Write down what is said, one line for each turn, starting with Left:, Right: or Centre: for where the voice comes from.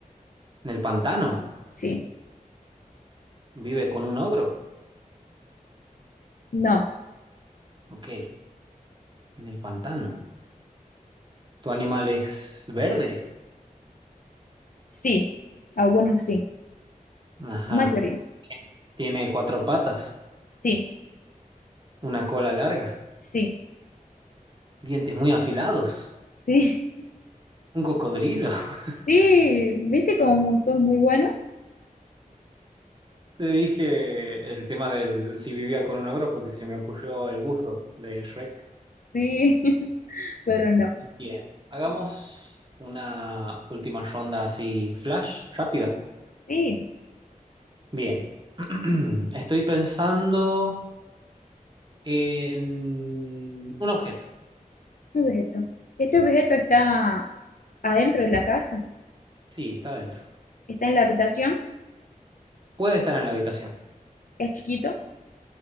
Right: ¿En el pantano?
Left: Sí.
Right: ¿Vive con un ogro?
Left: No.
Right: Ok. En el pantano. ¿Tu animal es verde?
Left: Sí. Algunos sí.
Right: Ajá.
Left: La mayoría.
Right: ¿Tiene cuatro patas?
Left: Sí.
Right: ¿Una cola larga?
Left: Sí.
Right: ¿Dientes muy afilados?
Left: Sí. <laughs>
Right: Un cocodrilo. <laughs>
Left: Sí. ¿Viste cómo sos muy bueno?
Right: Te dije el tema del si vivía con un ogro porque se me ocurrió el buzo de Shrek.
Left: Sí, <laughs> pero no.
Right: Bien. Hagamos una última ronda así flash, rápida.
Left: Sí,
Right: Bien. <clears throat> Estoy pensando en un objeto.
Left: un objeto. Este objeto está adentro de la casa,
Right: Sí, está adentro.
Left: está en la habitación,
Right: Puede estar en la habitación.
Left: es chiquito,